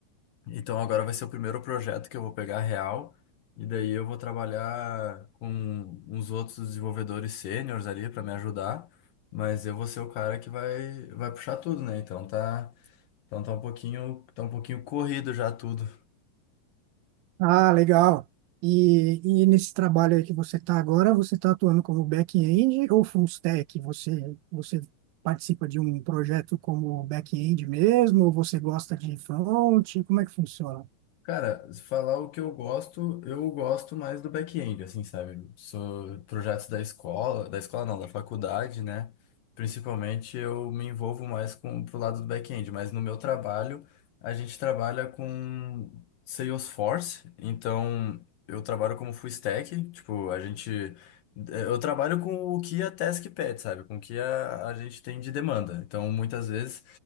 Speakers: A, on the left; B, on the right.
A: então agora vai ser o primeiro projeto que eu vou pegar real. E daí eu vou trabalhar com uns outros desenvolvedores sêniores ali pra me ajudar, mas eu vou ser o cara que vai, vai puxar tudo, né? Então tá, então tá um pouquinho, tá um pouquinho corrido já tudo.
B: Ah, legal. E, e nesse trabalho aí que você está agora, você está atuando como back-end ou full stack? Você, você participa de um projeto como back-end mesmo? Ou você gosta de front? Como é que funciona?
A: Cara, se falar o que eu gosto, eu gosto mais do back-end, assim, sabe? Sou projetos da escola, da escola não, da faculdade, né? Principalmente eu me envolvo mais com pro lado do back-end, mas no meu trabalho a gente trabalha com Salesforce, então eu trabalho como full stack, tipo, a gente eu trabalho com o que a task pede, sabe? Com o que a, a gente tem de demanda. Então, muitas vezes